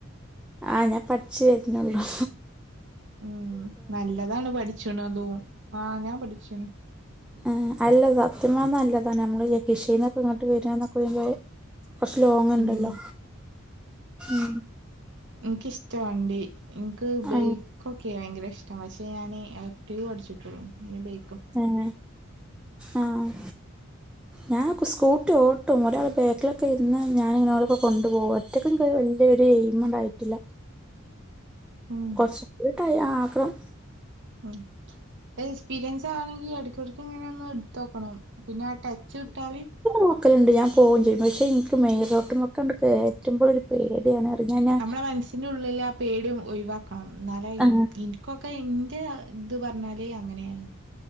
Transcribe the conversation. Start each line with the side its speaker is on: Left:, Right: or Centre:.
Centre: ആ ഞാൻ പഠിച്ചു വരുന്നുള്ളു.
Right: ഉം നല്ലതാണ് പഠിചണുതും. ആ ഞാൻ പഠിച്ചണു.
Centre: ഏഹ് അല്ല സത്യം പർനാ നല്ലതാ നമ്മളീ യകിഷീന്നൊക്കെ ഇങ്ങട്ട് വരാ ന്നൊക്കെ വമ്പോയെ കൊർച്ചു ലോങ്ങിണ്ടല്ലോ
Right: ഉം
Centre: ഉം
Right: ഇൻക്ക് ഇഷ്ട വണ്ടി ഇൻക്ക്
Centre: ആ
Right: ബൈക്കൊക്കെ ഭയ്ങ്കര ഇഷ് പക്ഷേ ഞാൻ ആക്റ്റീവ് പട്ച്ചിട്ടുള്ളൂ നി ബൈ
Centre: തന്നെ ആഹ് ഞാൻ കു സ്കൂട്ടിഓട്ടും. ഒരാള് ബേക്കിലൊക്കെ ഇരുന്ന്, ഞാനിങ്ങനോലൊക്കെ കൊണ്ടു പോവു റ്റക്ക് ഇൻകൊരു വല്യൊരു എയിമണ്ടായിട്ടില്ല
Right: ഉം
Centre: കൊറച്ച് ടൈം ആകും
Right: ഉം എക്സ്പീരിയൻസാവണെങ്കി എടക്കെട്ക്ക് ഇങ്ങനൊന്ന് ഇട്ത്തോക്കണം പിന്നാ ടെച്ച് വിട്ടാല്
Centre: നോക്കലുണ്ട്ഞാൻ പോകും ചെയ്യും പക്ഷെ എനിക്ക് മെയിലോട്ട് കേറ്റുമ്പള് ഒരു പേടിയാണ് അറിഞ്ഞാഞാ
Right: നമ്മളെ മനസ്സിന്റെ ഉള്ളില്ലാ ആ പേടിം ഒഴിവാക്കണം ന്നാല
Centre: ആ
Right: ഇൻ ഇൻ കൊക്കെ ഇന്റെ ഇത് പറഞ്ഞാല് അങ്ങനേണ്